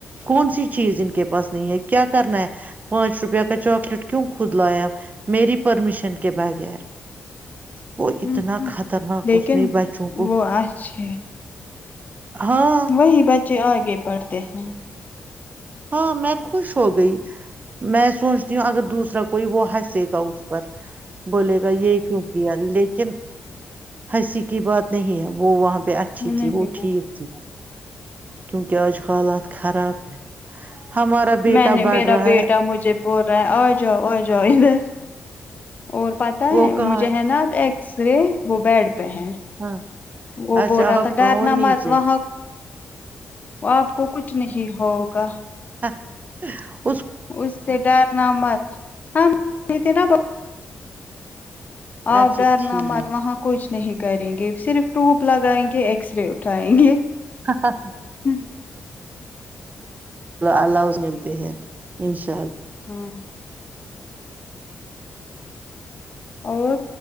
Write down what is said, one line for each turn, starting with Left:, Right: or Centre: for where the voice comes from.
Right: کون سی چیز ان کے پاس نہیں ہے کیا کرنا ہے پانچ روپیہ کا چاکلیٹ کیوں خود لایا میری پرمیشن کے بغیر وہ اتنا
Left: ہوں ہ
Right: خطرناک
Left: لیکن
Right: اس نے بچوں کو
Left: وہ اچھے
Right: ہاں
Left: وہی بچے آگے پڑھتے ہیں
Right: ہاں میں خوش ہو گئی میں سوچتی ہوں اگر دوسرا کوئی وہ ہنسے گا اس پر بولے گا یہ کیوں کیا لیکن ہنسی کی بات نہیں ہے وہاں پ اچھی
Left: نہیں
Right: تھی وہ ٹھیک تھی کیونکہ آج حالات خراب ہمارا بیٹا
Left: میں نے
Right: بڑھ
Left: میرا
Right: رہا
Left: بیٹا
Right: ہے
Left: مجھے بول رہا ہیں آ جاؤ آ جاؤ ادھر اور پتہ
Right: وہ
Left: ہے مجھے
Right: کہاں
Left: ہے نا آپ ایک رے موبائڈ <unintelligible> ہیں
Right: ہاں
Left: وہ
Right: اچھا
Left: بول رہا
Right: آپ
Left: تھا
Right: کہاں
Left: ڈر
Right: ہو
Left: ن
Right: نیچے
Left: مات وہاں آپ کو کچھ نہیں ہوگا
Right: ا <unintelligible>
Left: اس سے ڈر ن مت ہ نا
Right: اچھا
Left: اپ ڈر
Right: ٹھیک
Left: ن مت وہاں کچھ نہیں کریں گے <unintelligible> صرف ٹوپ لگائیں گے ایکس رے اٹھیں گے
Right: اللہ
Left: ہ
Right: الؤ ملتے ہیں ان شاءلہ
Left: ہاں <unintelligible> اور